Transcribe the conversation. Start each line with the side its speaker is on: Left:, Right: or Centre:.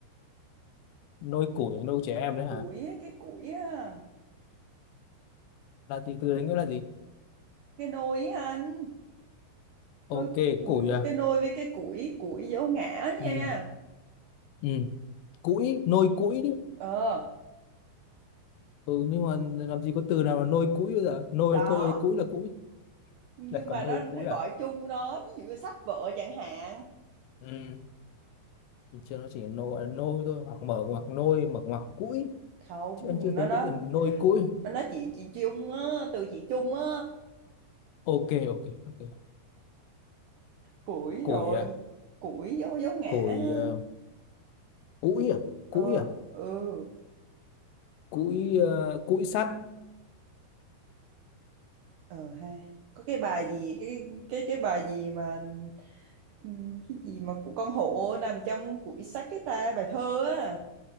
Left: nôi củi nôi trẻ em đấy hả
Right: củi á, cái củi á,
Left: là từ từ đấy nghĩa là gì
Right: cái nôi á anh đôi
Left: ok củi à
Right: cái đôi với cái củi củi dấu ngã nha
Left: ừ ừ củi nôi củi chứ
Right: ờ
Left: ừ nhưng mà làm gì có từ nào là nôi củi bây giờ nôi
Right: có
Left: là thôi củi là củi
Right: nhưng
Left: lại còn
Right: mà nó
Left: nôi củi à
Right: gọi chung nó ví dụ như sách vợ chẳng hạn
Left: ừ thì chưa nó chỉ nôi gọi là nôi thôi hoặc mở ngoặc nôi mở ngoặc củi
Right: không
Left: chứ em chưa
Right: nó
Left: thấy
Right: nó
Left: cái từ nôi củi
Right: nó nói chị chị chung á từ chị chung á
Left: ok ok ok
Right: củi
Left: củi
Right: rồi
Left: à
Right: củi dấu dấu ngã
Left: củi
Right: á.
Left: ờ, củi à
Right: ờ
Left: củi à
Right: ừ
Left: củi ờ, củi sắt
Right: ờ ha có cái bài gì cái cái cái bài gì mà ừm, cái gì mà của con hổ nằm trong củi sách cái ta bài thơ á